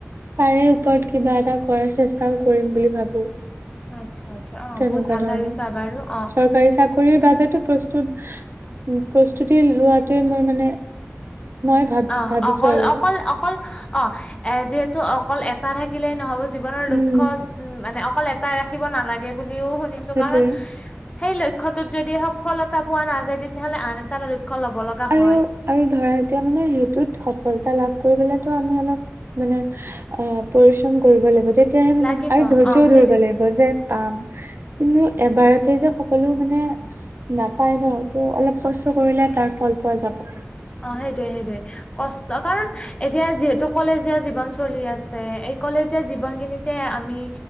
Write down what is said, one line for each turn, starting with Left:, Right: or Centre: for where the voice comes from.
Right: তাৰে ওপৰত কিবা এটা কৰাৰ চেষ্টাও কৰিম বুলি ভাবো
Left: আচ্ছা আচ্ছা অ
Right: তেনেকুৱা
Left: বহুত ভাল
Right: ধৰণৰ।
Left: ভাবিছা বাৰু অ
Right: চৰকাৰী চাকৰিৰ বাবে প্ৰস্তুত, প্ৰস্তুতি লোৱাটোৱে মোৰ মানে মই ভাব
Left: অ
Right: ভাবিছো
Left: অকল
Right: আৰু
Left: অকল অকল অ এ যিহেতু অকল এটা থাকিলেই নহব জীৱনৰ লক্ষ্য
Right: উম
Left: উম মানে অকল এটাই ৰাখিব নালাগে বুলি ও শুনিছো।
Right: সেইটোৱে
Left: কাৰণ সেই লক্ষ্যটোত যদি সফলতা পোৱা নাযায়, তেতিয়াহ'লে আন এটা লক্ষ্য ল'ব লগা
Right: আৰু
Left: হয়।
Right: আৰু ধৰা এতিয়া মানে সেই তত সফলতা লাভ কৰিবো আমি অলপ মানে অ পৰিশ্ৰম কৰিব লাগিব। তেতিয়াহে মানে
Left: লাগিব
Right: আৰু ধৈৰ্যও
Left: অ', সেইটোৱে
Right: ধৰিব লাগিব যে পাম, কিন্তু এবাৰতে যে সকলো মানে নাপায় ন, ত অলপ কষ্ট কৰিলে তাৰ ফল পোৱা যাব।
Left: অ', সেইটোৱে সেইটোৱে কষ্ট কাৰণ এতিয়া যিহেতু কলেজীয়া জীৱন চলি আছে। এই কলেজীয়া জীৱন খিনিতে আমি